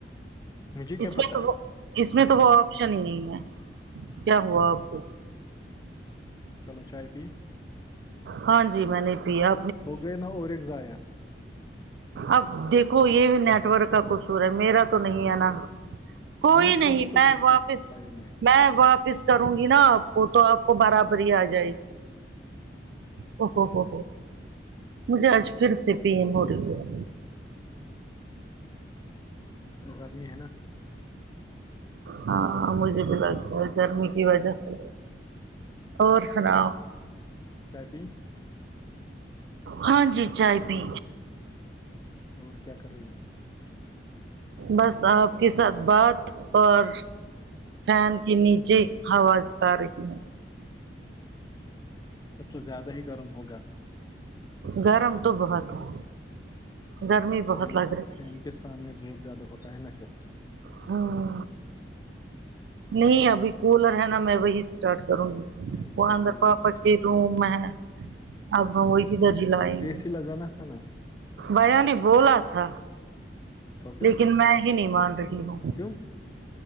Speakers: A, on the left (about 20°); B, on the right (about 70°).
A: مجھے
B: اس
A: کیا
B: میں
A: پتا
B: تو اس میں تو وہ آپشن ہی نہیں ہے کیا ہوا آپ کو
A: چلو چائے پی
B: ہاں جی میں نے پیا
A: ہو گیا نا اور ایک ضایع
B: اب دیکھو یہ بھی نیٹورک کا قصور ہے میرا تو نہیں ہے نا کوئی
A: نیٹ
B: نہیں
A: ورک تو
B: میں
A: بالکل
B: واپس
A: فائن ہے
B: میں واپس کروں گی نا آپ کو تو آپ کو برابر ہی آ جائے گی او ہو ہو ہو مجھے آج پھر سے پین ہو رہی ہے
A: گرمی ہے نا
B: ہاں مجھے بھی لگتا ہے گرمی کی وجہ سے اور سناؤ
A: چائے پی
B: ہاں جی چائے پی
A: اور کیا کر رہی ہو
B: بس آپ کے ساتھ بات اور فین کے نیچے ہوا کر رہی ہے
A: پھر تو زیادہ ہی گرم ہوگا
B: گرم تو بہت ہے گرمی بہت
A: فین
B: لگ
A: کے
B: رہی
A: فین
B: ہے
A: کے سامنے بہت زیادہ ہوتا ہے جب
B: ہاں نہیں ابھی کولر ہے نا میں وہی اسٹارٹ کروں گی
A: اچھا
B: وہ اندر
A: کولا
B: پاپا
A: تو ٹھیک
B: کے روم
A: ہے
B: میں ہے اب ہم وہی ادھر جلائیں
A: اے
B: گے
A: سی لگانا تھا نا
B: بھیا نے بولا تھا
A: تو پھر
B: لیکن میں ہی نہیں مان رہی ہوں
A: کیوں